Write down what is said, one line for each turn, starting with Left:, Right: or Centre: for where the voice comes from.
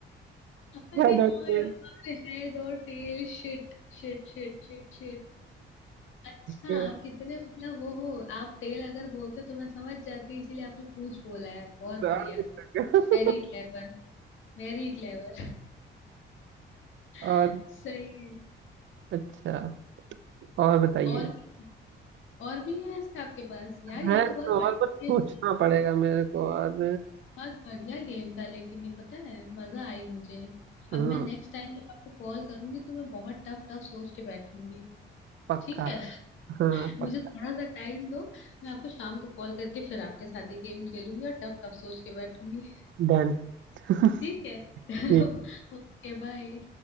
Left: अरे
Right: हेड और
Left: हाँ
Right: टेल
Left: यार हेड और tail shit shit shit shit shit अच्छा
Right: तो
Left: आप कितने मतलब वो हो आप तेल अगर बोलते तो मैं समझ जाती इसीलिए आपने पूछ बोला है बहुत
Right: और
Left: बढ़िया
Right: भी तक-
Left: Very clever Very clever
Right: और
Left: <laughs> सही है
Right: अच्छा और बताइए
Left: और भी और भी है ऐसे आपके पास यार ये
Right: है
Left: तो
Right: तो
Left: बहुत बढ़िया
Right: और बस सोचना
Left: गेम था
Right: पड़ेगा मेरे को और
Left: बहुत बढ़िया गेम था लेकिन ये पता है मजा आई मुझे अब
Right: हम्म
Left: मैं नेक्स्ट टाइम जब आपको कॉल करूंगी तो मैं बहुत टफ टफ सोच के बैठूंगी
Right: पक्का
Left: ठीक है
Right: हाँ
Left: <laughs> मुझे थोड़ा सा टाइम दो मैं आपको शाम को कॉल करके फिर आपके साथ ये गेम खेलूंगी और टफ टफ सोच के बैठूंगी
Right: डन <laughs>
Left: ठीक है <laughs>
Right: ठीक
Left: चलो Okay bye